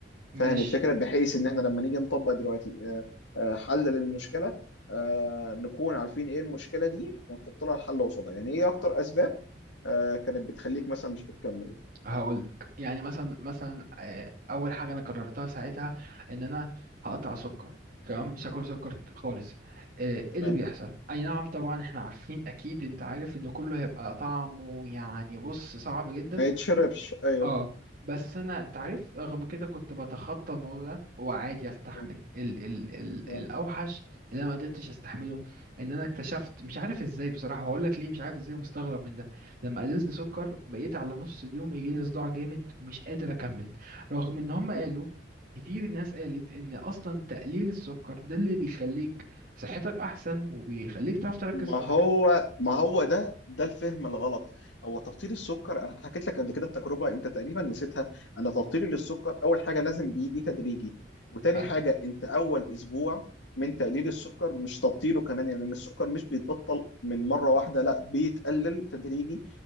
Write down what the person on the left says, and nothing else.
فاهم
الفكرة بحيث إن إحنا لما نيجي نطبق دلوقتي آه، آه، حل للمشكلة آه، نكون عارفين إيه المشكلة دي ونحط لها الحل قصادها يعني إيه أكتر أسباب آه، كانت بتخليك مثلا مش بتكمل
تمام
ما يتشربش أيوه
م.
تمام
م.
ما
هو ما هو ده ده الفهم الغلط هو تبطيل السكر انا حكيت لك قبل كده التجربه انت تقريبا نسيتها انا تبطيلي للسكر اول حاجه لازم بيجي تدريجي وتاني
حاجه انت اول اسبوع من تقليل السكر مش تبطيله كمان يعني لان السكر مش بيتبطل من مره واحده لا بيتقلل تدريجي